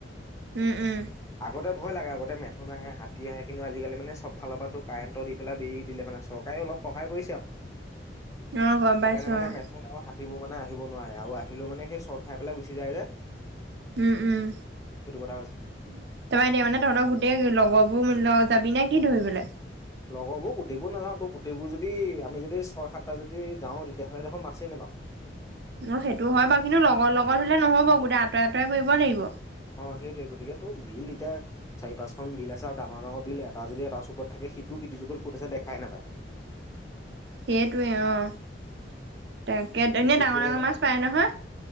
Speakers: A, on the right; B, on the left.
A: উম উম
B: আগতে ভয় লাগে আগতে মেথোন আহে, হাতী আহে কিন্তু আজিকালি মানে চব ফালৰ পৰাতো কাৰেণ্টৰ দি পেলাই বেৰি দিলে মানে চৰকাৰে। অলপ সহায় কৰিছে আৰু
A: অ', গম
B: সেইকাৰনে
A: পাইছো
B: মানে
A: অ',
B: মেঠোন হাতীবোৰ মানে আহিব নোৱাৰে আৰু আহিলেও মানে সেই শৰ্ট খাই পেলাই গুচি যায় যে।
A: উম, উম,
B: সেইটো কথা হৈছে।
A: তাৰপৰা এতিয়া মানে তহঁতৰ গোটেই লগৰবোৰ যাবি নে কি ধৰিবলে?
B: লগৰবোৰ গোটেইবোৰ নাযাওঁ। তো গোটেইবোৰ যদি আমি যদি ছয় সাতটা যদি যাওঁ তেতিয়াহ'লে দেখোন মাছেই নাপাম। <inaudible>
A: অ' সেইটো হয় বাৰু কিন্তু লগৰ লগত হ'লে নহ'ব গোটেই আতই আঁতই কৰিব লাগিব।
B: অ' সেইটোয়ে গতিকে টো বিল এতিয়া চাৰি পাঁচখন বিল আছে আৰু ডাঙৰ ডাঙৰ বিল এটা যদি এটা চুকত থাকে। সিটো সিতো যুগত ক'ত আছে দেখাই নাপায়।
A: সেইটোৱে অ'। তাকে এনেই
B: গতিকে
A: ডাঙৰ ডাঙৰ মাছ পায় নহয়?